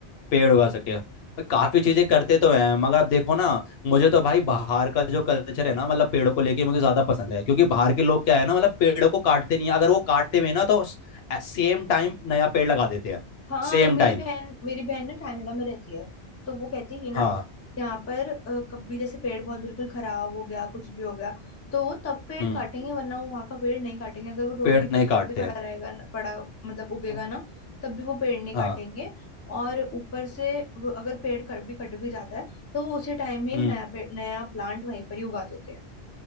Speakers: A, on the left; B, on the left.
A: पेड़ उगा सके और काफी चीजें करते तो हैं मगर अब देखो ना मुझे तो भाई बाहर का जो कल्चर है ना मतलब पेड़ों को लेके मुझे ज्यादा पसंद है क्योंकि बाहर के लोग क्या है ना मतलब पेड़ों को काटते नहीं है अगर वो काटते भी हैं ना तो सेम टाइम नया पेड़ लगा देते हैं
B: हाँ
A: Same
B: मेरी
A: time
B: बहन मेरी बहन ना कनाडा में रहती है तो वो कहती है कि ना
A: हाँ
B: यहाँ पर अ, कभी जैसे पेड़ बहुत बिल्कुल खराब हो गया कुछ भी हो गया तो वो तब पेड़
A: हम्म
B: काटेंगे वरना वो वहां का पेड़ नहीं काटेंगे अगर वो रोड
A: पेड़
B: के बीच
A: नहीं काटते
B: में भी खड़ा
A: हैं
B: रहेगा पड़ा मतलब उगेगा
A: हम्म।
B: ना तब भी वो पेड़ नहीं
A: हाँ
B: काटेंगे और ऊपर से वो अगर पेड़ कट भी कट भी जाता है तो वो उसी टाइम में
A: हम्म
B: एक नया पेड़ नया प्लांट वहीं पर ही उगा देते हैं